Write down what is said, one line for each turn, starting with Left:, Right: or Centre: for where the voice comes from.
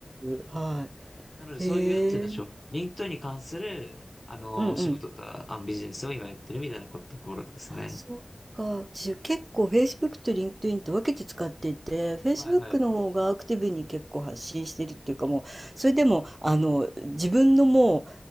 Right: です。は
Left: なので、
Right: い。
Left: そういう、
Right: へえ。
Left: なんて言うんでしょう。リンクトインに関する、あの、
Right: うんうん。
Left: お仕事とか、あ、ビジネスを今やってるみたいなこと、ところですね。
Right: そっか。じ、結構 Facebook と LinkedIn って分けて使っていて、Facebook
Left: はいはい。
Right: の方がアクティブに結構発信してるっていうかもう、それでも、あの、自分のもう、